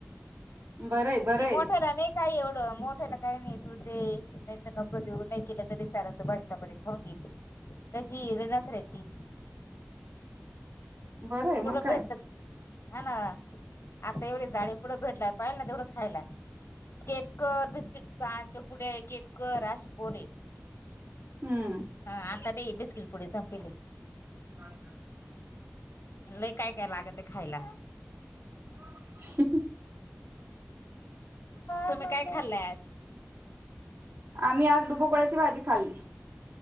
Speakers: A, on the right; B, on the left.
A: बरंय बरंय
B: ते मोठ्या ना नाही. काय एवढं मोठायला काही नाही, तू दे नाही त नको देऊ, नाही केलं तरी चालत भाजी चपाती हो की. तशी ही लई नखऱ्याची,
A: बरं आहे मग
B: पुुढं
A: काय
B: भेटल हा ना आता एवढे चाळे, पुढं भेटल्यावर पाहेल ना तेवढं खायला. केक कर बिस्किट चा आणतो पुडे, केक कर अशी पोर हे.
A: हूं!
B: हा आता नंई हे बिस्किट पुडे संपेल हे.
A: <inaudible>
B: लई काय काय लागतं खायला.
A: <inaudible>
B: तुम्ही काय खाल्लय आज?
A: आम्ही आज डुबुकवड्याची भाजी खाल्ली.